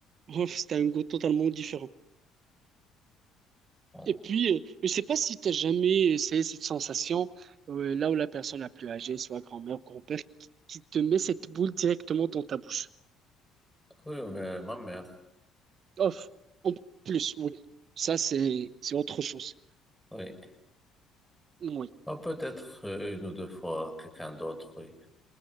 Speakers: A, on the right; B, in the centre.
A: <laughs> c'est un goût totalement différent.
B: Bon.
A: Et puis, euh, je ne sais pas si tu as jamais essayé cette sensation euh, là où la personne la plus âgée, soit grand-mère ou grand-père, qui, qui te met cette boule directement dans ta bouche.
B: Oui, mais ma mère,
A: Off. En plus, oui. Ça, c'est c'est autre chose.
B: oui.
A: Oui.
B: Ah, peut-être euh, une ou deux fois quelqu'un d'autre, oui.